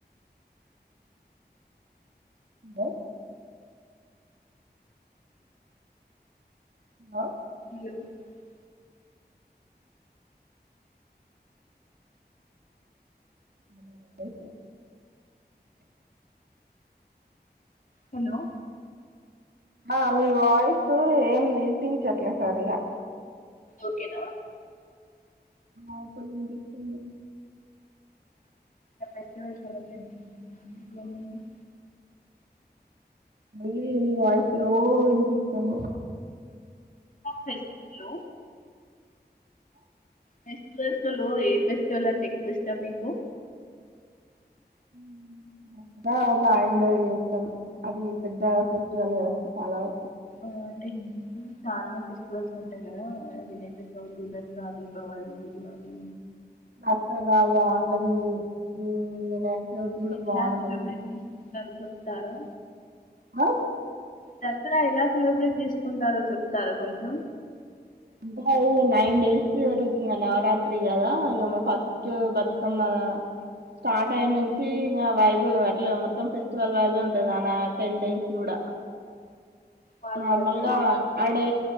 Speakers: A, on the right; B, on the left.
A: బో ఆ
B: <inaudible>
A: మ్మ్ అయిపాయ్
B: హలో
A: ఆ మీ వాయిస్ ఏం వినిపించట్లే సరిగా
B: ఓకేనా
A: ఆ ఇప్పుడిపిస్తుంది
B: <unintelligible> ఇప్పుడు <unintelligible>
A: మళ్ళీ నీ వాయిస్ లో వినిపిస్తుంది
B: హలో ఫెస్టివల్స్ లో ఏ ఫెస్టివల్ అంటే ఎక్కువ ఇష్టం మీకు
A: మ్మ్ బాగా బాగా ఎంజాయ్ చేస్తాం అది పెద్ద ఫెస్టివల్ కదా చాలా వరకు
B: ఆ అంటే హిందు చాలా ఫెస్టివల్స్ ఉంటాయి కదా వినయక చవితి దసరా దీపావళి అది
A: దసరా బాగుంటుంది మ్మ్ <unintelligible>
B: అంటే ఎలా
A: బాగుంటుంది
B: సెలెబ్రేట్ చేసుకుంటారు చెప్తారా
A: హ
B: దసరా ఎలా సెలెబ్రేట్ చేసుకుంటారో చెప్తారా కొంచెం
A: అంటే అది నైన్ డేస్ జరుగుతు ఇం నవరాత్రి కదా ఇక ఫస్ట్ బతుకమ్మ స్టార్ట్ అయిన నుంచి ఇగ వైభవ్ అట్లా మొత్తం ఫెస్టివల్ వైభవ ఉంటది నాన్న టెన్ డేస్ కూడా
B: వాడతారా
A: నార్మల్గా
B: మీరు
A: అడే